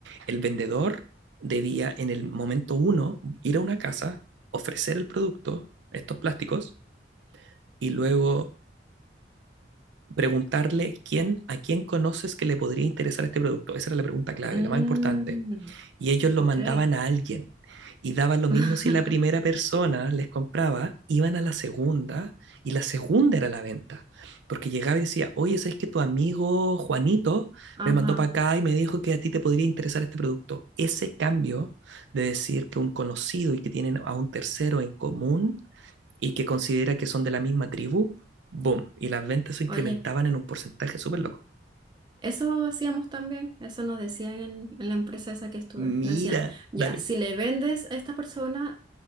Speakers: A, on the right; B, on the right.
A: El vendedor debía en el momento uno ir a una casa, ofrecer el producto, estos plásticos, y luego preguntarle quién, a quién conoces que le podría interesar este producto. Esa era la pregunta clave,
B: Mm,
A: la más importante y ellos lo
B: Ok.
A: mandaban a alguien. Y daba lo
B: <laughs>
A: mismo si la primera persona les compraba, iban a la segunda y la segunda era la venta. Porque llegaba y decía, oye, ¿sabes que tu amigo Juanito
B: Ajá.
A: me mandó para acá y me dijo que a ti te podría interesar este producto? Ese cambio de decir que un conocido y que tienen a un tercero en común y que considera que son de la misma tribu, boom, y las ventas se incrementaban
B: Oye,
A: en un porcentaje súper loco.
B: Eso hacíamos también, eso nos decían en, en la empresa esa que estuve.
A: Mira,
B: Nos decían, ya,
A: dale,
B: si le vendes a esta persona,